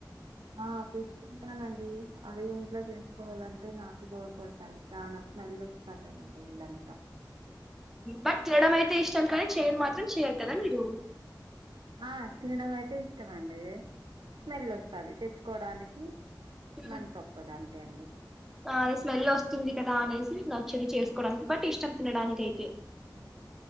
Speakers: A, on the right (about 85°); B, in the centre.
A: ఆ ఫిష్ తింటానండి అవి ఇంట్లో చేసుకోవాలంటే నాకు బోర్ కొడతాయి చానా స్మెల్ వస్తది కదండి ఇల్లాంత
B: బట్ తినడం అయితే ఇష్టం కానీ చేయరు మాత్రం చేయరు కదా మీరు
A: ఆ తినడం అయితే ఇష్టమండి స్మెల్ వస్తది తెచ్చుకోడానికి మన
B: ఉమ్
A: తొప్పదంతే అండి
B: ఆ అది స్మెల్ వస్తుంది కదా అనేసి నచ్చదు చేసుకోవడానికి బట్ ఇష్టం తినడానికయితే
A: ఉ